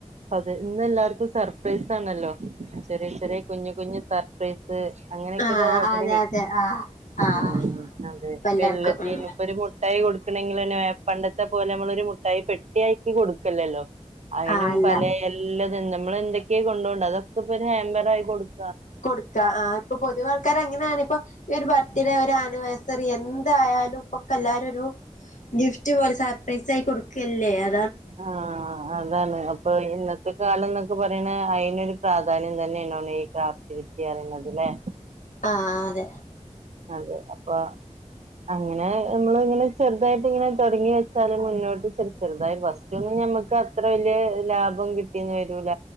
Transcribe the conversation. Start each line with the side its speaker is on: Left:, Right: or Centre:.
Right: അതെ ഇന്ന് എല്ലാർക്കും സർപ്രൈസ് ആണല്ലോ, ചെറിയ ചെറിയ കുഞ്ഞു കുഞ്ഞു സർപ്രൈസ് അങ്ങനെയൊക്കെ
Left: ആഹ്
Right: ഒ ആഗ്രഹിക്ക
Left: അതെ അതെ ആഹ് ആഹ്
Right: ഉ അതെ
Left: ഇപ്പ എല്ലാർക്കും
Right: വള്ളത്തിനിപ്പൊ
Left: ഉം
Right: ഒരു മുട്ടായി കൊടുക്കണെങ്കിൽന്ന പണ്ടത്തെ പോലെ നമ്മളൊ ഒരു മുട്ടായി പെട്ടിയായി കൊടു <unintelligible> ലല്ലല്ലോ അയിനും
Left: ആഹ് അല്ല
Right: പല എല്ലാം നിന്നും നമ്മൾ എന്തക്കെ കൊണ്ടോണ്ട് അതൊക്ക പ്പ ഒരു ഹാമ്പർ ആയി കൊടുക്ക
Left: കൊടുക്ക, ആ ഇപ്പൊ പൊതുവ ആൾക്കാർ അങ്ങനെയാണ് ഇപ്പൊ ഈ ഒരു ബർത്ത് ഡേ ആന്നിവർസറി എന്തായാലും ഇപ്പൊക്കല്ലാരും ഒരു ഗിഫ്റ്റ് പോലെ സർപ്രൈസ് ആയി കൊടുക്കല്ലേ. അ
Right: ആ അതാണ് അപ്പൊ ഇന്നത്തെ കാലം എന്നൊക്കെ പറയണ അ നൊരു പ്രാധാന്യം തന്നെ ഈ ക്രാഫ്റ്റ് ഗിഫ്റ്റ് പറയുന്നതലെ
Left: ആ അതെ
Right: അതെ അപ്പൊ അങ്ങനെ നമ്മള് ങ്ങനെ ചെറുതായിട്ട് ഇങ്ങനെ തുടങ്ങി വെച്ചാല് മുന്നോട്ട് ചെ ചെറുതായിട്ട് വസ് റ്റോന്നും ഞമ്മക്ക് അത്ര ല് ലാഭം കി ട്ടിന്ന് വരൂല